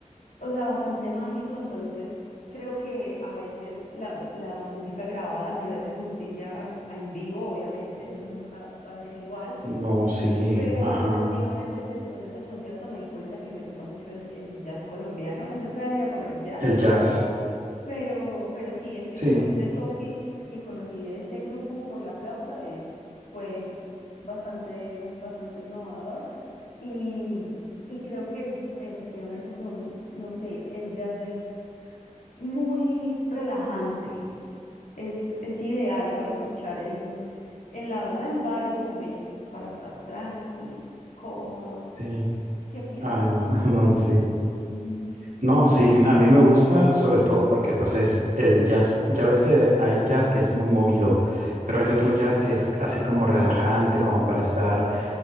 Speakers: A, on the left (about 85°); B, on the right (about 75°).
A: o sea, bastante mágico. Entonces, creo que a veces la, la música grabada no le hace justicia a, a en vivo, obviamente, eso nunca va a ser igual.
B: No, sí,
A: Pero
B: ajá.
A: efectivamente, después de ese concierto me di cuenta que me gusta mucho el, el jazz colombiano. En realidad, bueno, el jazz,
B: El jazz.
A: ¿cierto? Pero, pero sí, este,
B: Sí,
A: como este toque que conocí de este grupo por la flauta es, fue bastante, bastante innovador y, y creo que es, efectivamente son, no sé, el jazz es muy relajante, es, es ideal para escuchar en, en la verdad, en varios momentos, para estar tranqui, cómodo.
B: sí.
A: ¿Qué piensas
B: Ay, no,
A: tú?
B: <laughs> no, sí.
A: <laughs>
B: No, sí, a mí me gusta sobre todo porque pues es el jazz, ya ves que hay jazz que es muy movido, pero hay otro jazz que es así como relajante, como para estar